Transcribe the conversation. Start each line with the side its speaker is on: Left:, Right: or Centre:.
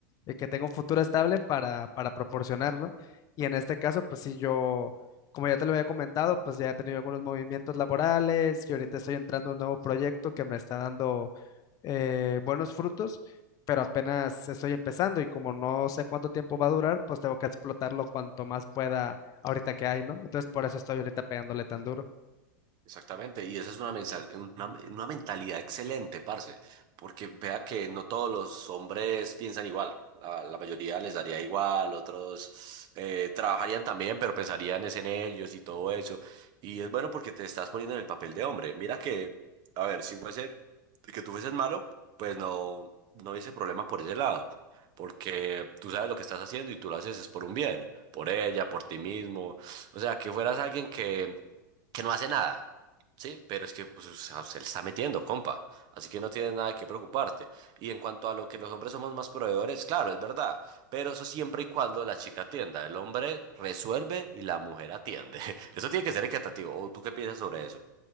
Left: el que tenga un futuro estable para, para proporcionar, ¿no? Y en este caso, pues sí, yo, como ya te lo había comentado, pues ya he tenido algunos movimientos laborales y ahorita estoy entrando a un nuevo proyecto que me está dando eh, buenos frutos, pero apenas estoy empezando y como no sé cuánto tiempo va a durar, pues tengo que explotarlo cuanto más pueda ahorita que hay, ¿no? Entonces por eso estoy ahorita pegándole tan duro.
Right: Exactamente, y esa es una, mensa- una, una mentalidad excelente, parce, porque vea que no todos los hombres piensan igual, la, la mayoría les daría igual, otros eh, trabajarían también, pero pensarían es en ellos y todo eso, y es bueno porque te estás poniendo en el papel de hombre, mira que, a ver, si fuese que tú fueses malo, pues no, no hubiese problema por ese lado, porque tú sabes lo que estás haciendo y tú lo haces es por un bien, por ella, por ti mismo. O sea, que fueras alguien que que no hace nada. Sí, pero es que pues, o sea, se le está metiendo, compa. Así que no tienes nada que preocuparte. Y en cuanto a lo que los hombres somos más proveedores, claro, es verdad. Pero eso siempre y cuando la chica atienda. El hombre resuelve y la mujer atiende. <laughs> Eso tiene que ser equitativo. ¿O tú qué piensas sobre eso?